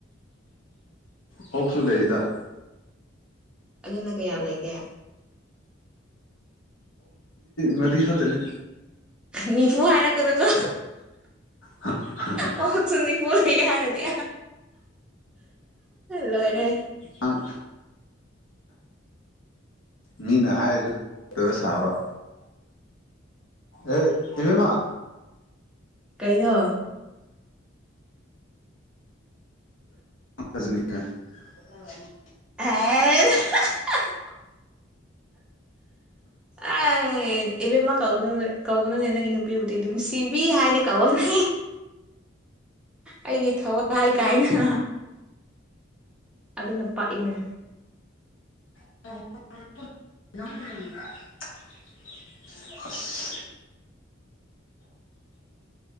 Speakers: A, on the left (about 80°); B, in the centre.
A: ꯍꯧꯛꯁꯨ ꯂꯩꯗ
B: ꯑꯗꯨꯅ ꯀꯌꯥ ꯂꯩꯒꯦ
A: ꯃꯔꯤ ꯈꯇꯅꯦ
B: ꯅꯤꯐꯨ ꯍꯥꯏꯔꯛꯀꯅꯨꯀꯣ
A: ꯍ ꯍ ꯍ
B: ꯑꯣ ꯆ ꯄꯨ ꯂꯩꯒꯦ ꯍꯥꯏꯔꯦꯗꯤ ꯂꯣꯔꯦ
A: ꯑ ꯃꯤꯅ ꯍꯥꯏꯔꯁꯨ ꯐꯠꯇꯕ ꯁꯥꯕ ꯑꯦ ꯏꯕꯦꯝꯃ
B: ꯀꯩꯅ
A: ꯐꯖꯅꯤ ꯍ
B: ꯍ ꯑ ꯏꯕꯦꯝꯃ ꯀꯧꯗ ꯀꯧꯒꯅꯨꯅꯦ ꯅꯪꯒꯤ ꯅꯨꯄꯤꯕꯨꯗꯤ ꯑꯗꯨꯝ ꯁꯤꯕꯤ ꯍꯥꯏꯅ ꯀꯧꯋꫭꯅꯦ ꯑꯩꯒꯤ ꯊꯋꯥꯏ ꯀꯥꯏꯅ ꯑꯗꯨꯅ ꯄꯥꯛꯏꯅꯦ
A: <inaudible> <inaudible>